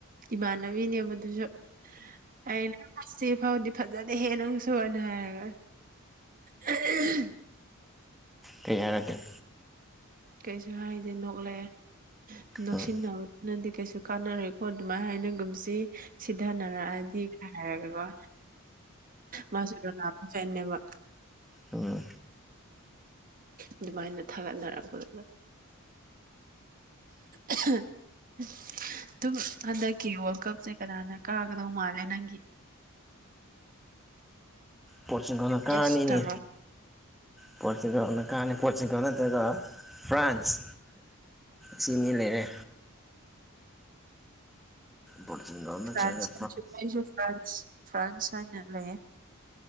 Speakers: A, on the right; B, in the centre.
A: ꯏꯃꯥꯟꯅꯕꯤꯅꯦ ꯑꯗꯨꯁꯨ ꯑꯩꯅ ꯐꯁꯤ ꯐꯥꯎꯗꯤ ꯐꯖꯗꯦ ꯅꯪꯁꯨ ꯑꯅ ꯍꯥꯏꯔꯒ ꯑꯟꯏꯟꯇꯦꯜꯂꯤꯖꯦꯕꯜ
B: ꯀꯩ ꯍꯥꯏꯔꯀꯦ
A: ꯀꯩꯁꯨ ꯍꯥꯏꯗꯦ ꯅꯣꯛꯂꯛꯑꯦ ꯅꯣꯛꯁꯤꯟꯅꯕꯗꯨꯅꯗꯤ
B: ꯎꯝ
A: ꯀꯩꯁꯨ ꯀꯥꯟꯅꯔꯣꯏ ꯈꯣ ꯑꯗꯨꯃꯥꯏꯅ ꯍꯥꯏꯅꯒꯨꯝꯁꯤ ꯁꯤꯊꯅꯔꯛꯑꯗꯤ ꯈ ꯍꯥꯏꯔꯒꯦꯀꯣ ꯃꯥꯁꯨꯗ ꯂꯥꯛꯄ ꯐꯦꯅꯦꯦꯕ
B: ꯑꯣ
A: ꯑꯗꯨꯕꯥꯥꯏꯅ ꯊꯒꯥꯟꯗꯔꯥ ꯀꯅ <inaudible> ꯑꯗꯨꯝ ꯍꯟꯗꯛꯀꯤ ꯋꯥꯔꯜ ꯀꯞꯁꯦ ꯀꯅꯥꯅ ꯀꯥꯒꯗꯧ ꯃꯥꯜꯂꯦ ꯅꯪꯒꯤ <inaudible>
B: ꯄꯁꯤ ꯀꯣ ꯀꯥꯅꯤꯅꯤ
A: ꯒꯦꯁ ꯇꯧꯔꯣ
B: ꯄꯣꯣꯔꯆꯨꯒꯜꯗ ꯀꯥꯥꯟꯦ ꯄꯣꯆꯨꯒꯅ ꯇꯒ ꯐ꯭ꯔꯥꯟꯁ ꯁꯤꯅꯤ ꯂꯩꯔꯦ ꯄꯣꯔꯇꯨꯒꯜ ꯅꯠꯇ꯭ꯔꯒ
A: ꯐ꯭ꯔꯥꯟꯁ ꯀ ꯆꯨꯄꯥꯏꯁꯨ ꯐ꯭ꯔꯥꯟꯁ ꯐ꯭ꯔꯥꯟꯁ ꯍꯥꯏ ꯅꯂꯦ